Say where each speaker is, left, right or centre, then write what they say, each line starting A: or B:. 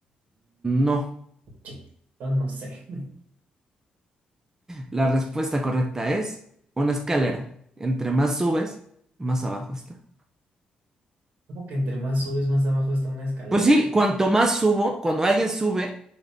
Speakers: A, on the right; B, on the right.
A: No.
B: Ch, No, no sé. <laughs>
A: La respuesta correcta es una escalera. Entre más subes, más abajo está.
B: ¿Cómo que entre más subes, más abajo está una escalera?
A: Pues sí, cuanto más subo, cuando alguien sube,